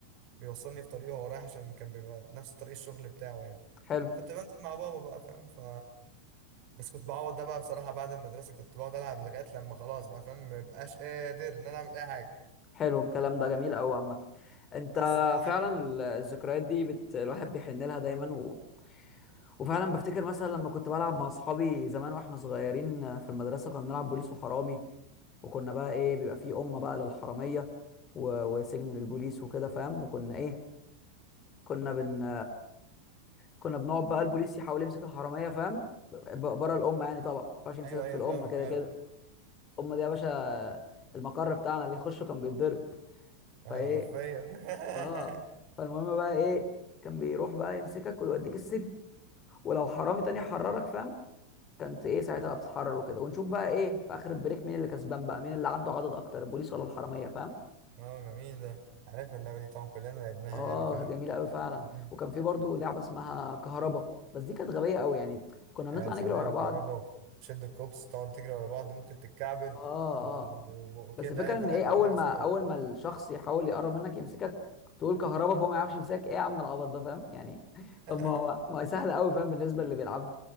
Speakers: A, on the right; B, on the left.
A: بيوصلني في طريقه وهو رايح عشان كان بيبقى نفس طريق الشغل بتاعه يعني
B: حلو
A: فكنت بنزل مع بابا بقى فاهم ف بس كنت بعوض ده بقى بصراحه بعد المدرسه كنت بقعد العب لغايه لما خلاص بقى فاهم مبقاش قادر ان انا اعمل اي حاجه
B: حلو الكلام ده جميل قوي عامة انت
A: بس اه
B: فعلا
A: يعني
B: ال- الذكريات دي بت... الواحد بيحن لها دايما و... وفعلا بفتكر مثلا لما كنت بلعب مع اصحابي زمان واحنا صغيرين في المدرسة كنا بنلعب بوليس وحرامي وكنا بقى ايه بيبقى فيه أمة بقى للحرامية و... وسجن للبوليس وكده فاهم وكنا ايه كنا بن كنا بنقعد بقى البوليس يحاول يمسك الحرامية فاهم بره الأمة يعني طبعا ما ينفعش يمسكك
A: ايوه ايوه
B: في الأمة
A: فاهمك
B: كده
A: عارف
B: كده الأمة دي يا باشا المقر بتاعنا اللي يخشه كان بيتضرب
A: ايوه
B: فايه
A: حرفيا <laughs>
B: اه فالمهم بقى ايه كان بيروح بقى يمسكك ويوديك السجن ولو حرامي تاني حررك فاهم كانت ايه ساعتها بقى بتتحرر وكده ونشوف بقى ايه في اخر البريك مين اللي كسبان بقى مين اللي عنده عدد اكتر البوليس ولا الحراميه فاهم
A: اه جميل ده عارف اللعبه دي طبعا كلنا لعبناها
B: اه
A: يعني فاهم
B: كانت جميله قوي فعلا
A: مم.
B: وكان في برضو لعبه اسمها كهربا بس دي كانت غبيه قوي يعني كنا بنطلع
A: يا سلام
B: نجري ورا بعض
A: كهربا شد الكوبس تقعد تجري ورا بعض ممكن تتكعبل
B: اه
A: و-
B: اه
A: و- وكده
B: بس الفكره
A: يعني فلا
B: ان ايه
A: كانت
B: اول
A: لعبه
B: ما
A: صعبه
B: اول ما الشخص يحاول يقرب منك يمسكك تقول كهربا فهو ما يعرفش يمسكك ايه يا عم العبط ده فاهم يعني <laughs>
A: <laughs>
B: طب ما هو ما هي سهله قوي فاهم بالنسبه اللي بيلعبها